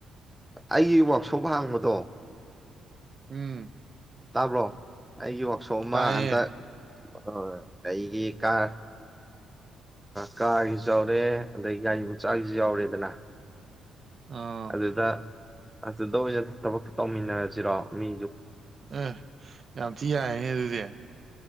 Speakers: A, in the centre; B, on the right (about 40°).
A: ꯑꯩꯒꯤ ꯋꯥꯛꯁꯣꯞ ꯍꯥꯡꯕꯗꯣ
B: ꯎꯝ
A: ꯇꯥꯕ꯭ꯔꯣ ꯑꯩꯒꯤ ꯋꯥ ꯁꯣꯃ
B: ꯇꯥꯏꯌꯦ
A: ꯑꯇ ꯑ ꯑꯩꯒꯤ ꯀꯥꯔ ꯀꯥꯔꯒꯤꯁꯨ ꯌꯥꯎꯔꯦ ꯑꯗꯗꯒꯤꯩ ꯒꯥꯔꯤ ꯃꯆꯥꯒꯤꯁꯨ ꯌꯥꯎꯔꯦꯗꯅ
B: ꯑꯥ
A: ꯑꯗꯨꯗ ꯑꯗꯨꯗ ꯑꯣꯏꯅ ꯊꯕꯛ ꯇꯧꯃꯤꯟꯅꯔꯁꯤꯔꯣ ꯃꯤ
B: ꯑ ꯌꯥꯝ ꯊꯤ ꯌꯥꯏꯅꯦ ꯑꯗꯨꯗꯤ